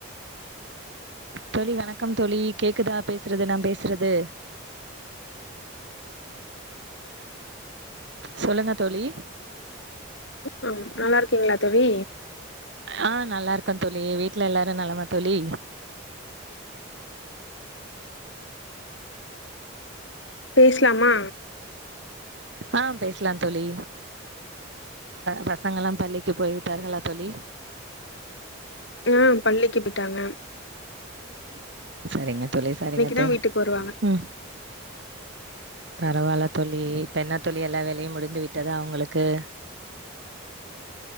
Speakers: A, on the right (about 60°); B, on the left (about 60°).
A: தோழி வணக்கம் தோழி கேக்குதா பேசுறது நா பேசுறது சொல்லுங்க தோழி
B: ம் நல்லா இருக்கீங்களா தோழி
A: அ நல்லா இருக்கோ தோழி வீட்ல எல்லாரு நலமா தோழி
B: பேசலாமா
A: ஆ பேசலா தோழி பச ங்கலா பள்ளிக்கு போய் விட்டார்களா தோழி
B: ம் பள்ளிக்கு போய்ட்டாங்க
A: சரிங்க தோழி சரிங்க
B: தா
A: தோழி
B: வீட்டுக்கு வருவாங்க
A: ம் பரவால்ல தோழி இப்பென்னத்தோழி எல்லா வேலயும் முடிந்து விட்டதா உங்களுக்கு